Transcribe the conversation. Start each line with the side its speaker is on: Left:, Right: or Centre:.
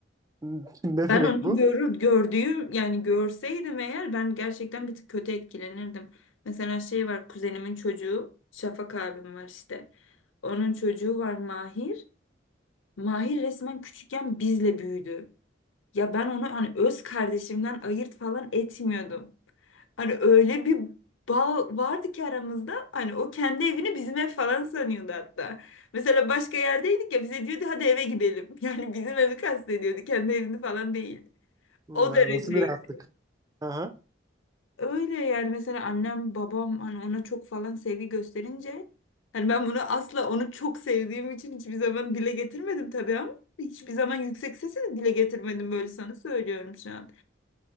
Right: <laughs> Ne
Left: Ben
Right: demek
Left: onu
Right: bu?
Left: görür, gördüğüm yani görseydim eğer ben gerçekten bir tık kötü etkilenirdim. Mesela şey var kuzenimin çocuğu Şafak abim var işte. Onun çocuğu var Mahir. Mahir resmen küçükken bizle büyüdü. Ya ben onu hani öz kardeşimden ayırt falan etmiyordum. Hani öyle bir bağ vardı ki aramızda. Hani o kendi evini bizim ev falan sanıyordu hatta. Mesela başka yerdeydik ya bize diyordu hadi eve gidelim. <laughs> Yani bizim evi kastediyordu kendi evini falan değil.
Right: Ha,
Left: O dereceydi.
Right: nasıl bir rahatlık? Aha.
Left: Öyle yani mesela annem babam hani ona çok falan sevgi gösterince hani ben bunu asla onu çok sevdiğim için hiçbir zaman dile getirmedim tabii ama hiçbir zaman yüksek sesle de dile getirmedim böyle sana söylüyorum şu an.